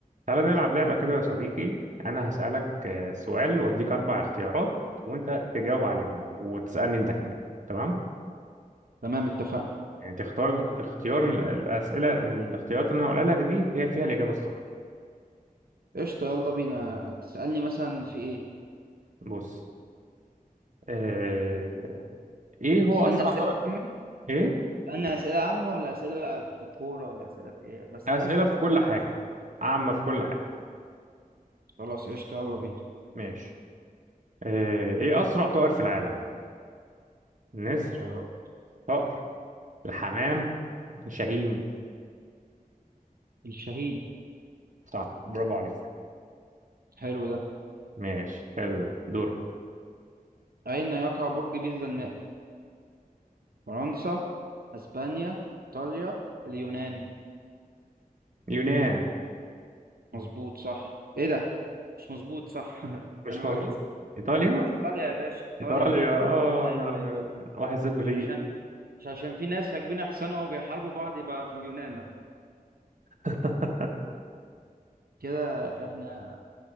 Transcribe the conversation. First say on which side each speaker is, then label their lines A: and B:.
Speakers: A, on the right (about 55°); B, on the right (about 85°).
A: تعالى نلعب لعبة كده يا صديقي أنا هسألك آه، سؤال وأديك أربع اختيارات وأنت تجاوب عليهم وتسألني أنت كمان تمام؟
B: تمام اتفقنا
A: يعني تختار اختيار من الأسئلة من الاختيارات اللي أنا هقولها لك دي هي فيها الإجابة الصح
B: قشطة يلا بينا تسألني مثلا في ايه
A: بص اه... إيه هو
B: تسألني
A: أسرع
B: أسئلة
A: طائر
B: عامة
A: إيه؟
B: تسألني أسئلة عامة ولا أسئلة في الكورة ولا أسئلة في ايه بس
A: أسئلة
B: بلاش في الكورة
A: في كل
B: عشان
A: حاجة
B: مش في الكورة
A: عامة في كل حاجة
B: خلاص قشطة يلا بينا
A: ماشي اه... إيه أسرع طائر في العالم؟ نسر
B: آه،
A: طائر الحمام شاهين
B: الشهيد
A: صح برافو عليك
B: حلو ده
A: ماشي حلو ده دور
B: أين يقع برج بيزا المائل فرنسا أسبانيا إيطاليا اليونان
A: يونان
B: مظبوط صح ايه ده مش مظبوط صح <laughs>
A: مش
B: أنا
A: مظبوط
B: واحد س-
A: ايطاليا
B: اه إيطاليا يا باشا إيطاليا
A: ايطاليا اه
B: اليونان
A: انا
B: في
A: ابيض
B: إيطاليا.
A: واحد صفر
B: مش
A: ليك
B: عشان مش عشان في ناس راكبين أحسن وبيحاربوا بعض يبقى في اليونان
A: <laughs>
B: كده احنا